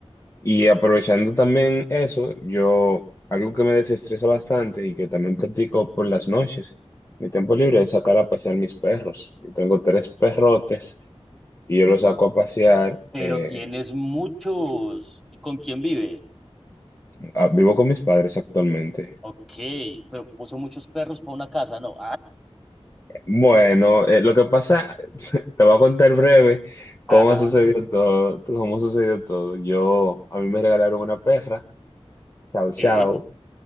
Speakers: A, on the left; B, in the centre.
A: Y aprovechando también eso, yo, algo que me desestresa bastante y que también practico por las noches, mi tiempo libre es sacar a pasear mis perros. Yo tengo tres perrotes y yo los saco a pasear.
B: Pero
A: eh,
B: tienes muchos. ¿Y con quién vives?
A: ah, vivo con mis padres actualmente.
B: Ok, pero son muchos perros para una casa, ¿no?
A: Bueno, eh, lo que pasa, <laughs> te voy a contar breve
B: <laughs>
A: cómo
B: ajá.
A: sucedió todo, cómo sucedió todo. Yo, a mí me regalaron una perra, Chao
B: Sí,
A: Chao.